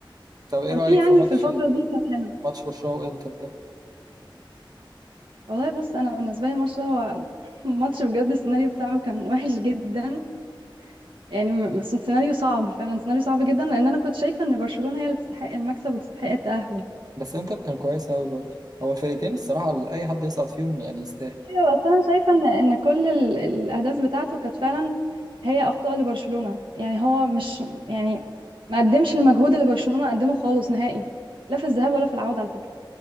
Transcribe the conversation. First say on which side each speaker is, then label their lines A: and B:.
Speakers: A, on the right (about 45°); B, on the right (about 70°).
A: طب ايه
B: كان
A: رايك
B: في يعني
A: في ماتش
B: في الفترة
A: ال-
B: دي كانت حلوة
A: ماتش برشلونه وانتر ده
B: والله بص انا بالنسبة لي الماتش ده هو <laughs> ماتش بجد السيناريو بتاعه كان وحش جدا يعني م- م- سيناريو صعب فعلا سيناريو صعب جدا لان انا كنت شايفه ان برشلونه هي اللي تستحق المكسب وتستحق التاهل
A: بس انتر كان كويس قوي برضه هو الفرقتين الصراحة أي حد يصعد فيهم يعني يستاهل
B: ايوه بس انا شايفه ان ان كل ال- الاهداف بتاعته كانت فعلا هي اخطاء لبرشلونه يعني هو مش يعني ما قدمش المجهود اللي برشلونه قدمه خالص نهائي لا في الذهاب ولا في العوده على فكره